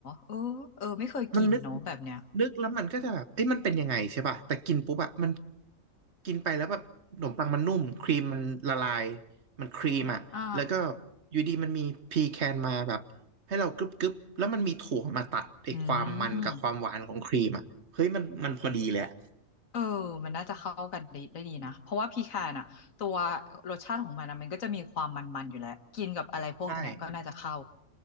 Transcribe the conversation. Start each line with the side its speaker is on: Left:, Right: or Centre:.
Left: เออเออไม่เคยกินเนาะแบบเนี้ย
Right: มันนึกนึกแล้วมันก็จะแบบเอ้ยมันเป็นยังไงใช่ป่ะแต่กินปุ๊บอะมันกินไปแล้วแบบขนมปังมันนุ่มครีมมันละลายมันครีมอะแล้วก็
Left: อ่า
Right: อยู่ดีมันมีพีแคนมาแบบให้เรากรึบกรึบแล้วมันมีถั่วมาตัดไอ้ความมันกับความหวานของครีมอะเฮ้ยมันมันพอดีเลยอะ
Left: อืมเออมันน่าจะเข้ากันได้ได้ดีนะเพราะว่าพีคานอ่ะตัวรสชาติของมันอะมันก็จะมีความมันๆอยู่แล้วกินกับอะไรพวกเนี้ยก็น่าจะเข้า
Right: ใช่